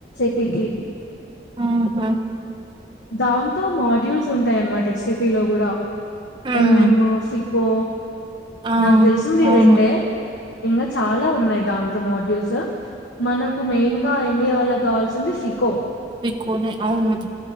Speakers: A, on the left; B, on the right.
A: పీ కి
B: ఆహా
A: దాంతో మాడ్యూల్స్ ఉంటాయన్నమాట ఎస్ ఏ పీలో గూడా
B: ఉమ్
A: ఎం ఎమ్ ఫికో
B: ఆ
A: నాక తెలిసి దీరెండే
B: అవును
A: ఇంకా చాలా ఉన్నాయి దా ంతో మోడ్యూల్స్ మనకు మెయిన్ గా ఎం బి ఏ వాళ్ళక్కావాల్సింది ఫికొ
B: ఫికొ నే అవును